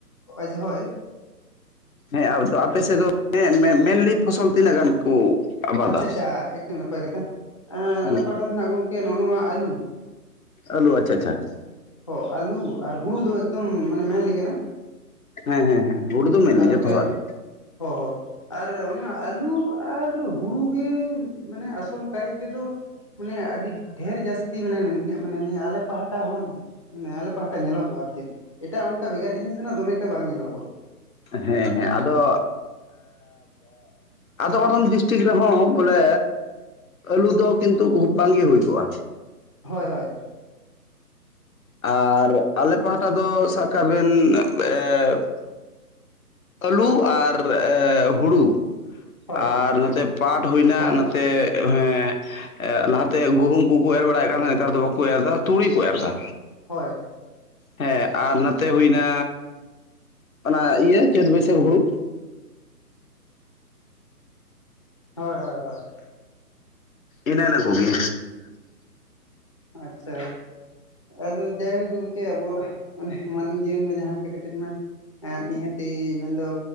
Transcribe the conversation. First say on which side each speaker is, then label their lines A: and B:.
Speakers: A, on the left (about 20°); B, on the left (about 60°).
A: ᱟᱪᱷᱟ ᱦᱳᱭ ᱾
B: ᱦᱮᱸ ᱟᱫᱚ ᱟᱯᱮ ᱥᱮᱫ ᱫᱚ ᱢᱮ ᱢᱮᱱᱞᱤ ᱯᱷᱚᱥᱚᱞ ᱛᱤᱱᱟᱹᱜ ᱜᱟᱱ ᱠᱚ ᱟᱵᱟᱫᱟ?
A: ᱟᱪᱪᱷᱟ, ᱟᱪᱪᱷᱟ ᱮᱠᱫᱚᱢ ᱱᱟᱯᱟᱭ ᱠᱟᱛᱷᱟ᱾ ᱟᱞᱮ
B: ᱦᱩᱸ
A: ᱯᱟᱦᱴᱟ ᱠᱷᱚᱱᱟᱜ ᱜᱚᱝᱠᱮ ᱱᱚᱜᱼᱚ ᱱᱚᱣᱟ ᱟᱞᱩ
B: ᱟᱞᱩ ᱟᱪᱪᱷᱟ, ᱟᱪᱪᱷᱟ ᱾
A: ᱦᱚᱸ ᱟᱞᱩ ᱟᱨ ᱦᱩᱲᱩ ᱫᱚ ᱮᱠᱫᱚᱢ ᱢᱟᱱᱮ ᱢᱮᱱᱞᱤ ᱠᱟᱱᱟ ᱾
B: ᱦᱮᱸ ᱦᱮᱸ ᱦᱮᱸ ᱦᱩᱲᱩ ᱫᱚ ᱢᱮᱱᱞᱤ
A: ᱛᱟᱨᱯᱚᱨᱮ
B: ᱡᱚᱛᱚ ᱦᱚᱲᱟᱜ ᱜᱮ ᱾
A: ᱦᱚᱸ ᱟᱨ ᱚᱱᱟ ᱟᱞᱩ ᱟᱨ ᱦᱩᱲᱩ ᱜᱮ ᱢᱟᱱᱮ ᱟᱥᱚᱞ ᱠᱟᱭ ᱛᱮ ᱫᱚ ᱾ ᱢᱟᱱᱮ ᱟᱹᱰᱤ ᱰᱷᱮᱨ ᱡᱟᱹᱥᱛᱤ ᱢᱟᱱᱮ ᱤᱧᱟᱹᱜ ᱢᱟᱱᱮ ᱱᱤᱭᱟᱹ ᱟᱞᱮ ᱯᱟᱦᱴᱟ ᱦᱚᱸ ᱢᱟᱱᱮ ᱟᱞᱮ ᱯᱟᱦᱴᱟ ᱧᱮᱞᱚᱜᱚᱜᱼᱟ ᱟᱨ ᱪᱮᱫ ᱮᱴᱟᱜ ᱚᱱᱠᱟ ᱵᱷᱮᱜᱟᱨ ᱡᱤᱱᱤᱥ ᱫᱚ ᱫᱚᱢᱮ ᱮᱠᱴᱟ ᱵᱟᱝ ᱧᱮᱞᱚᱜᱚᱜᱼᱟ᱾
B: ᱦᱮᱸ ᱦᱮᱸ ᱟᱫᱚ ᱟᱫᱚᱢ, ᱟᱫᱚᱢ ᱰᱤᱥᱴᱤᱠ ᱨᱮ ᱦᱚᱸ ᱵᱚᱞᱮ ᱟᱞᱩ ᱫᱚ ᱠᱤᱱᱛᱩ ᱵᱟᱝ ᱜᱮ ᱦᱩᱭ ᱠᱚᱜᱼᱟ᱾
A: ᱦᱳᱭ ᱦᱳᱭ᱾
B: ᱟᱨ ᱟᱞᱮ ᱯᱟᱦᱴᱟ ᱫᱚ ᱥᱟᱵᱠᱟ ᱵᱮᱱ ᱮᱜ ᱟᱹᱞᱩ ᱟᱨ ᱮ ᱦᱩᱲᱩ
A: ᱦᱳᱭ
B: ᱟᱨ ᱱᱟᱛᱮ ᱯᱟᱴ ᱦᱩᱭᱱᱟ
A: ᱯᱟᱴ
B: ᱱᱟᱛᱮ ᱦᱮᱸ ᱞᱟᱦᱟᱛᱮ ᱜᱩᱦᱩᱢ ᱠᱩᱠᱩ ᱮᱨ ᱵᱟᱲᱟᱭᱮᱫ ᱠᱟᱱ ᱛᱟᱦᱮᱸ ᱱᱮᱛᱟᱨ ᱫᱚ ᱵᱟᱠᱚ ᱮᱨ ᱫᱟ ᱛᱩᱲᱤ ᱠᱚ ᱮᱨ ᱮᱫᱟ᱾
A: ᱦᱳᱭ᱾
B: ᱦᱮᱸ ᱟᱨ ᱱᱚᱛᱮ ᱦᱩᱭᱱᱟ ᱚᱱᱟ ᱤᱭᱟᱹ ᱪᱟᱹᱛ ᱵᱟᱹᱭᱥᱟᱹᱠᱷ ᱦᱩᱲᱩ᱾
A: ᱦᱳᱭ ᱦᱳᱭ ᱦᱳᱭ᱾
B: ᱤᱱᱟᱱᱟ ᱠᱚᱜᱮ᱾
A: ᱟᱪᱷᱟ᱾ ᱟᱫᱚ ᱡᱟᱭᱦᱳᱜ ᱜᱝᱢᱠᱮ ᱟᱵᱚᱣᱟᱜ ᱢᱟᱱᱮ ᱢᱟᱱᱢᱤ ᱡᱤᱭᱚᱱ ᱢᱟ ᱡᱟᱦᱟᱸ ᱞᱮᱠᱟ ᱠᱟᱛᱮᱫ ᱢᱟ ᱮᱸᱜ ᱱᱤᱦᱟᱹᱛᱤ ᱢᱮᱱᱫᱚ